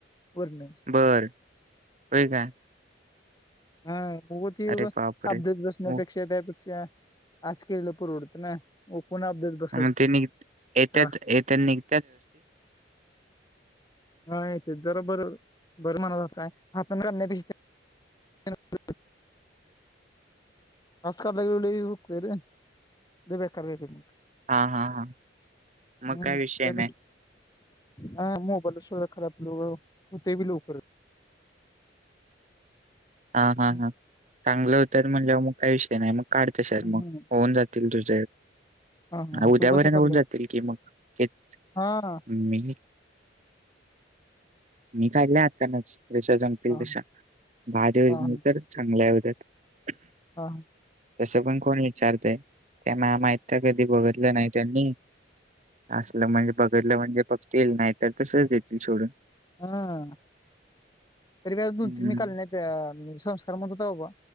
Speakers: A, on the left; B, on the right.
A: पर्ण
B: बर होय काय
A: हाग ती
B: अरे बापरे
A: अबधत बसण्यापेक्षा
B: मग
A: त्याे अ अस केला पूर उडत ना. कोण अपडेट बसायचं
B: मग ते निघ येत्याच
A: त्याला
B: येत निघ.
A: हा येत जरा बर बर मनत काय हातण घलण्यापेक्ष आस काला गेले हुकते रे ल बेकार घ्यायचे मग
B: हा हा हा. मग
A: हम्
B: काय विषय
A: त्या
B: नाही
A: हा मोबाईल स खराब लो हो ते बी लवकर.
B: हा हा
A: हम्म
B: हा चांगलं होत म्हणजे मग काही विषय नाही मग काढत शर
A: हम्म.
B: मग होऊन जातील तुझ.
A: हा हा
B: उद्यावर
A: तू कसं
B: होऊन
A: करलं
B: जातील की मग तेच
A: हा हा
B: मी हम्. मी काढल्या आना जशा जंगते
A: हा
B: तशा बादव
A: हा
B: तर चांगल्यावरती बाई.
A: हा ह.
B: तसं पण कोण विचारतय त्या मामा इत कधी बघितलं नाही त्यांनी असल म्हणजे बघितलं म्हणजे फघ येल नाही तर कसच देतील सोडून.
A: हम अरे दोन
B: हम्म
A: त मी काल नाही. संस्कार म्हण हो